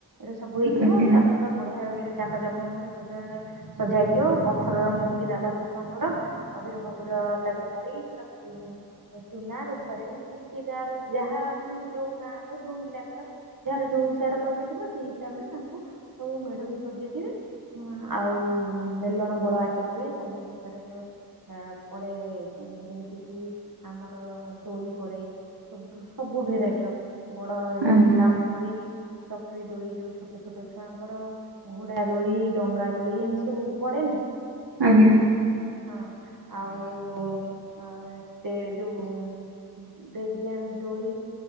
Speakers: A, on the right; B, on the right.
A: ଏ ସବୁଠୁ
B: ଆଜ୍ଞା
A: ତାକ ବଢ଼ିୟା ଭାବରେ ଯାକ ଯାକ ରେ ସଜଡା ସଜା ହୋଇଥିବ ପଥରର ମୂର୍ତ୍ତି ରାଧାକୃଷ୍ଣଙ୍କର ଅଭିର ଫବିର ତା ଦେହରେ ପୁରା ପଡି ପୁରା ତ ସୁନା ରୂପାରେ ଏମିତି କିଛି ଯାହାର ଯାହା ମାନେ ଯେ ଯା ର ଯୋଉ ଇଲାକାର ର ଯାହାର ଯୋଉ ହିସାବରେ ପଇସା ଥିବ ସେଇ ହିସାବରେ ତାଙ୍କୁ ସବୁ ମେଢକୁ ସଜେଇଥିବେ ହୁଁ ଆଉ ମେଲଣ ବଡ ଆକାର ହୁଏ ସବୁ ପ୍ରକାର ହୁଏ ତା ପରେ ଯେମିତିକି ଆମର ଦୋଳି ପଡ଼େ ସବୁ ସବୁ ଭେରାଇଟିର ବଡ
B: ଆଜ୍ଞା
A: ଯୋଉ ରାମଦୋଳି
B: ଆଜ୍ଞା
A: ଚକ୍ରି ଦୋଳି ଯୋଉ ଛୋଟ ଛୋଟ ଛୁଆଙ୍କର ଘୋଡ଼ା ଦୋଳି ଡଙ୍ଗା ଦୋଳି ଏମିତି ସବୁ ପଡେନି
B: ଆଜ୍ଞା।
A: ହଁ ଆଉ ସେ ଯୋଉ ବ୍ରେକଡାନ୍ସ ଦୋଳି।